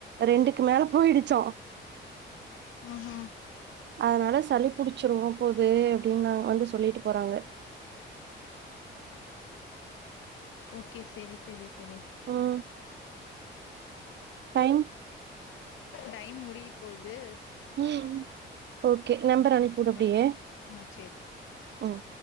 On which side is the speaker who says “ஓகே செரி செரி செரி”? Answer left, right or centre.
Left